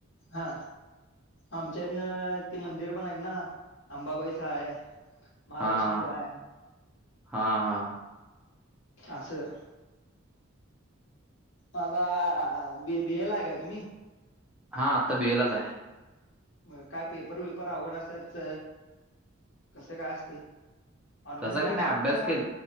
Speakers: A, on the left; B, in the centre.
A: हा. आमच्या इथनं ते मंदिर पण आहेत ना अंबाबाईचा आहे. महालक्ष्मी
B: हा
A: जाय
B: हा हा
A: असं. माझा ब बिएला आहे का तुम्ही?
B: हा आता बिएलाच आहे.
A: मग काय पेपर वबिपर अवघड असतात कसं काय असते. ऑनलाईन
B: तसं काय
A: परीक्षा
B: नाही अभ्यास
A: असका?
B: केल